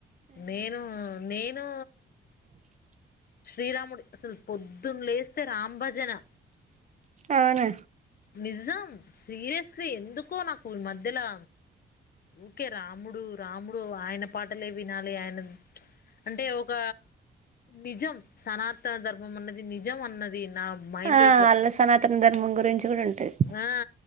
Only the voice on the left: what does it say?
నేను నేను శ్రీరాముడి అసలు పొద్దున్లేస్తే రాం భజనా.
నిజం సీరియస్లీ ఎందుకో నాకు ఈ మధ్యలా. ఊకే రాముడు రాముడు ఆయన పాటలే వినాలి, ఆయన అంటే ఒక నిజం సనాతన ధర్మం అన్నది నిజం అన్నది నా మైండ్
లో ఇట్లా
ఆ